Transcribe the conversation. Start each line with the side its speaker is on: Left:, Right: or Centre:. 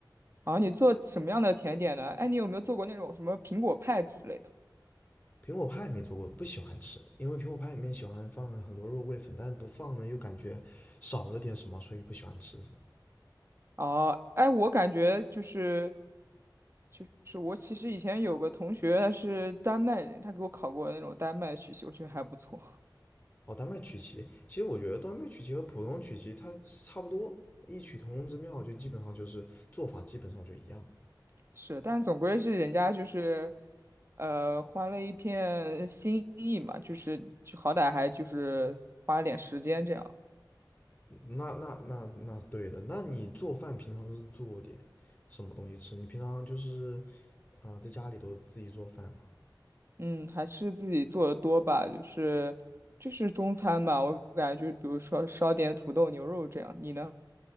Right: 啊，你做什么样的甜点呢？哎，你有没有做过那种什么苹果派之类的？
Left: 苹果派没做过，不喜欢吃，因为苹果派里面喜欢放很多肉桂粉，但是不放呢又感觉少了点什么，所以不喜欢吃这种。
Right: 哦，哎，我感觉就是就是我其实以前有个同学，他是丹麦人，他给我考过那种丹麦曲奇，我觉得还不错。
Left: 哦，丹麦曲奇，其实我觉得丹麦曲奇和普通曲奇它差不多，异曲同工之妙，就基本上就是做法基本上就一样。
Right: <laughs> 是，但总归是人家就是呃花了一片心意嘛，就是就好歹还就是花了点时间这样。
Left: 那那那那是对的。那你做饭平常都是做点什么东西吃？你平常就是啊、呃在家里都自己做饭吗？
Right: 嗯，还是自己做的多吧，就是就是中餐吧，我感觉就是比如说烧点土豆牛肉这样。你呢？